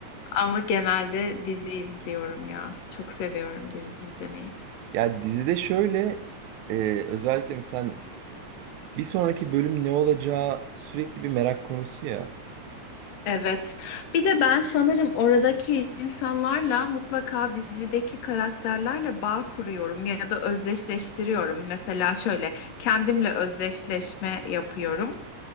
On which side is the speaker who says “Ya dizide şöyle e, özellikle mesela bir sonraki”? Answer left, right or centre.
Right